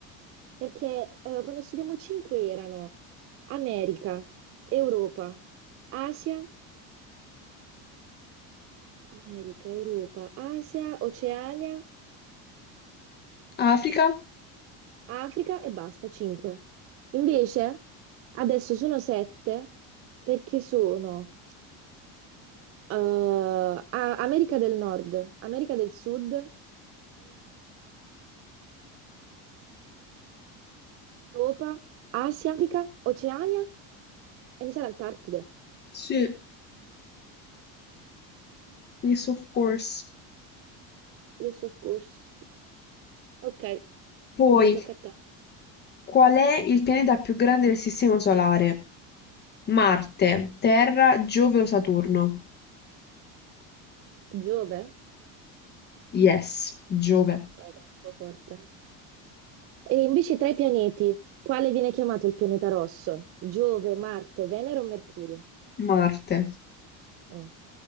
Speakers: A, on the right; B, on the left.
A: perché eh, quando studiamo 5 erano America, Europa, Asia, America, Europa, Asia, Oceania,
B: Africa?
A: Africa e basta, 5. Invece adesso sono 7 perché sono eh, A- America del Nord, America del Sud, Europa, Asia, Africa, Oceania e mi sa l'Antartide.
B: Sì. Yes, of course.
A: il soccorso. Ok,
B: Poi,
A: vai, tocca a te.
B: Qual è il pianeta più grande del Sistema Solare? Marte, Terra, Giove o Saturno?
A: Giove?
B: Yes, Giove.
A: Sono troppo forte. E invece tra i pianeti, quale viene chiamato il pianeta rosso? Giove, Marte, Venere o Mercurio?
B: Marte.
A: Mm.